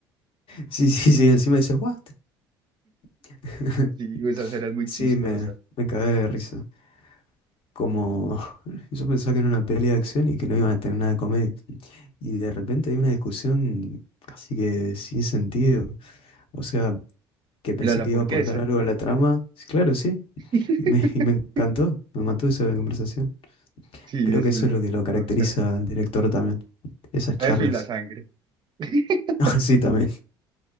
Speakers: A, on the left (about 50°); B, on the right (about 40°).
A: Sí, sí, sí, encima dices, ¿what? <laughs>
B: Sí, esa escena es muy
A: Sí,
B: chistosa.
A: me, me cagué de risa. Como <laughs> yo pensaba que era una peli de acción y que no iban a tener nada de comedia. Y de repente hay una discusión así que sin sentido. O sea, que pensé
B: La de la
A: que
B: hamburguesa.
A: iba a aportar algo a la trama. Sí, Claro, sí.
B: <laughs>
A: Y me, y me encantó. Me mató esa conversación.
B: Sí,
A: Creo
B: eso
A: que eso
B: es
A: es lo que lo caracteriza
B: bacán.
A: al director también. Esas charlas.
B: Eso y la sangre.
A: <laughs>
B: <laughs>
A: Ah, sí, también.